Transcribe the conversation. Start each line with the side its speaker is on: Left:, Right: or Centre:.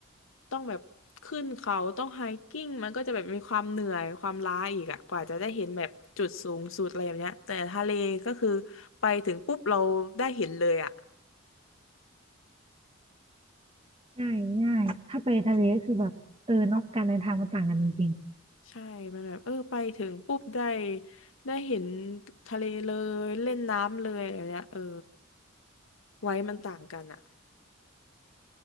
Left: ต้องแบบขึ้นเขาต้องไฮกิ้งมันก็จะแบบมีความเหนื่อยความล้าอีกอะกว่าจะได้เห็นแบบจุดสูงสุดอะไรแบบเนี้ยแต่ทะเลก็คือไปถึงปุ๊บเราได้เห็นเลยอะ
Right: ใช่ง่ายถ้าไปทะเลก็คือแบบเออเนอกการเดินทางมันต่างกันจริง
Left: ใช่มันแบบเออไปถึงปุ๊บได้ได้เห็นทะเลเลยเล่นน้ำเลยอะไรเนี้ยเออไว้มันต่างกันอะ